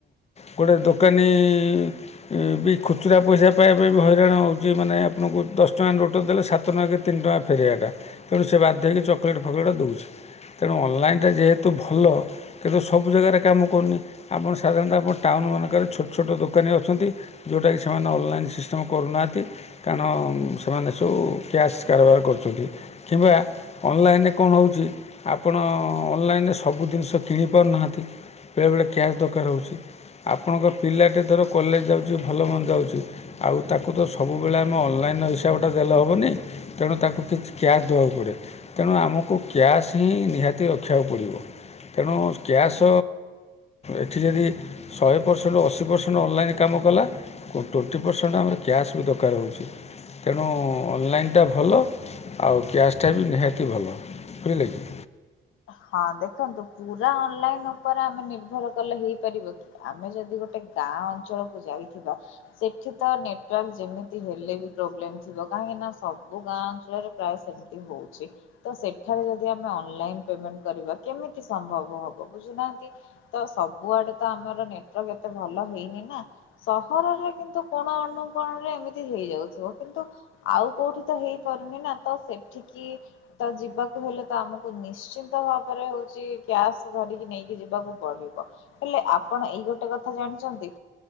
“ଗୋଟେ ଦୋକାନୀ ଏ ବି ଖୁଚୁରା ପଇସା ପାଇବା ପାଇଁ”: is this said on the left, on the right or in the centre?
Left